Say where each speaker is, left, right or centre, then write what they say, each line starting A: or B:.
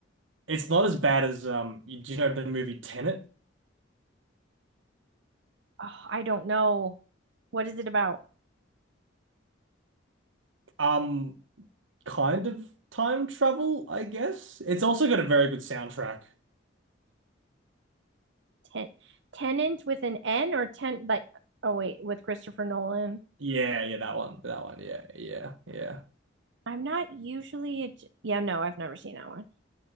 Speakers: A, on the right (about 85°); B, on the right (about 65°).
A: it's not as bad as um. you- Do you know the movie Tenet?
B: oh, I don't know. What is it about?
A: Um, kind of time travel, I guess. It's also got a very good soundtrack.
B: Ten Tenant with an N or ten like oh wait, with Christopher Nolan.
A: Yeah, yeah, that one, that one, yeah, yeah, yeah.
B: I'm not usually a, yeah, no, I've never seen that one.